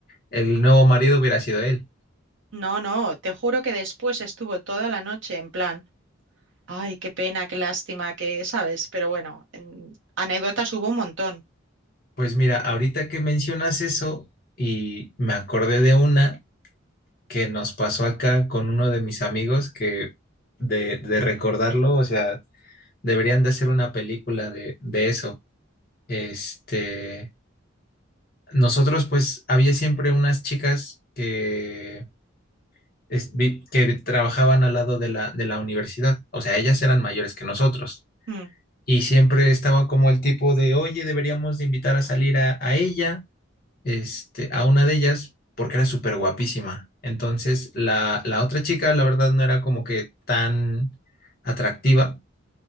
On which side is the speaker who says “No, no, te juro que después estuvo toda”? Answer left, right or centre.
Right